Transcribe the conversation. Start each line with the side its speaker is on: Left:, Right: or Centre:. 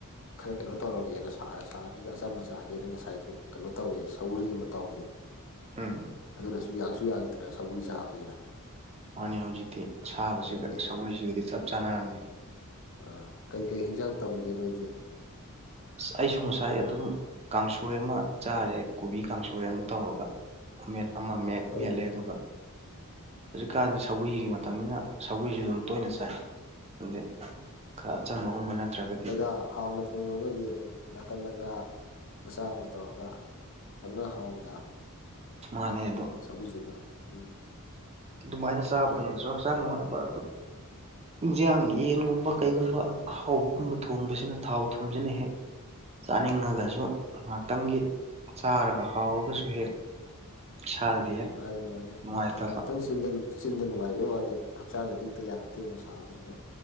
Left: ꯈꯔ ꯀꯩꯅꯣ ꯇꯧꯔꯒꯦꯅ ꯁꯥꯒ ꯁꯥꯕꯖꯤꯗ ꯑꯆꯝꯕ ꯆꯥꯒꯦꯅ ꯉꯁꯥꯏꯁꯨ ꯀꯩꯅꯣ ꯇꯧꯏ ꯁꯧꯔꯤ ꯑꯃ ꯇꯧꯏ
Right: ꯎꯝ
Left: ꯑꯗꯨꯅꯁꯨ ꯌꯥꯡꯁꯨ ꯌꯥꯡꯉꯤꯗꯅ ꯁꯧꯒ꯭ꯔꯤ ꯆꯥꯕꯁꯤꯅ
Right: ꯃꯥꯅꯤ ꯍꯧꯖꯤꯛꯇꯤ ꯑꯁꯥꯕꯁꯤꯒ
Left: ꯑꯗꯒꯤ
Right: ꯁꯧꯒ꯭ꯔꯤꯁꯤꯒꯗꯤ ꯆꯞ ꯆꯥꯟꯅꯔꯝꯅꯤ
Left: ꯑꯥ ꯀꯩꯀꯩ ꯍꯤꯟꯖꯥꯡ ꯇꯧꯔꯤꯒꯦ ꯅꯣꯏꯗꯤ
Right: ꯑꯁ ꯑꯩꯁꯨ ꯉꯁꯥꯏ ꯑꯗꯨꯝ ꯀꯥꯡꯁꯣꯏ ꯑꯃ ꯆꯥꯔꯦ ꯀꯣꯕꯤ ꯀꯥꯡꯁꯣꯏ ꯑꯃ ꯇꯧꯔꯒ ꯑꯃꯦꯠꯄ ꯑꯃ ꯃꯦꯠ
Left: ꯍꯣꯏꯗ
Right: ꯃꯦꯠꯂꯦ ꯑꯗꯨꯒ ꯍꯧꯖꯤꯛꯀꯥꯟꯗꯤ ꯁꯧꯒꯔꯤ ꯃꯇꯝꯅꯤꯅ ꯁꯧꯒ꯭ꯔꯤꯖꯨ ꯑꯗꯨꯝ ꯇꯣꯏꯅ ꯆꯥꯏ ꯑꯗꯨꯗꯤ ꯈꯔ ꯑꯆꯝꯕꯒꯨꯝꯕ ꯅꯠꯇ꯭ꯔꯒꯗꯤ
Left: ꯑꯥ ꯍꯥꯞꯂ ꯍꯣꯡꯉꯒꯗꯤ ꯑꯗꯨꯝ ꯅꯥꯀꯟꯗ ꯉꯥ ꯃꯆꯥ ꯑꯃ ꯇꯧꯔꯒ ꯑꯅꯥ ꯍꯥꯎꯗ
Right: ꯑꯅꯦ ꯑꯗꯨ
Left: ꯁꯒꯨꯜꯖꯨꯗ ꯎꯝ
Right: ꯗꯨꯃꯥꯏꯅ ꯆꯥꯕꯗꯅꯁꯨ ꯍꯛꯆꯥꯡ ꯅꯨꯡꯉꯥꯏꯕ ꯑꯗꯨ ꯏꯟꯖꯥꯡ ꯌꯦꯟꯒꯨꯝꯕ ꯀꯩꯒꯨꯝꯕ ꯑꯍꯥꯎꯕꯒꯨꯝꯕ ꯊꯣꯡꯕꯁꯤꯅ ꯊꯥꯎ ꯊꯨꯝꯁꯤꯅ ꯍꯦꯛ ꯆꯥꯅꯤꯡꯉꯒꯁꯨ ꯉꯥꯛꯇꯪꯒꯤ ꯆꯥꯔꯒ ꯍꯥꯎꯔꯒꯁꯨ ꯍꯦꯛ ꯏꯁꯥꯗꯗꯤ ꯍꯦꯛ
Left: ꯃꯥꯅꯤ ꯃꯥꯅꯤ
Right: ꯅꯨꯡꯉꯥꯏꯇꯕ
Left: ꯉꯍꯥꯛꯇꯪ ꯆꯤꯟꯗ ꯆꯤꯟꯗ ꯅꯨꯡꯉꯥꯏꯕꯩ ꯋꯥꯅꯤ ꯍꯛꯆꯥꯡꯗꯗꯤ ꯍꯦꯛꯇ ꯌꯥꯔꯛ ꯑꯇꯦꯕ ꯁꯥꯕꯖꯤꯗ